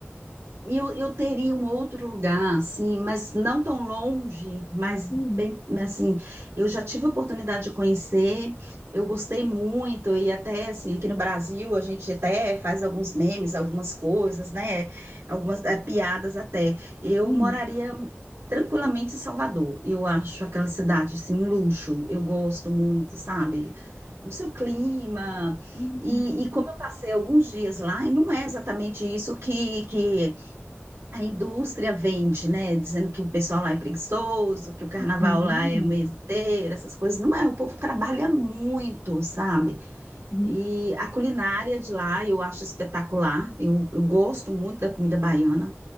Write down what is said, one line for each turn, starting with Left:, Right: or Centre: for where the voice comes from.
Right: Eu, eu teria um outro lugar, assim, mas não tão longe, mas
Left: Hum,
Right: bem, assim, eu já tive a oportunidade de conhecer, eu gostei muito, e até, assim, aqui no Brasil a gente até faz alguns memes, algumas coisas, né? Algumas eh, piadas até. Eu
Left: hum,
Right: moraria tranquilamente em Salvador, eu acho aquela cidade, assim, um luxo, eu gosto muito, sabe? no seu clima.
Left: hum,
Right: E, e como eu passei alguns dias lá, e não é exatamente isso que, que a indústria vende, né? Dizendo que o pessoal lá é preguiçoso, que o carnaval
Left: hum,
Right: lá é meseteiro, essas coisas. Não é, o povo trabalha muito, sabe?
Left: hum,
Right: E a culinária de lá eu acho espetacular. Eu, eu gosto muito da comida baiana.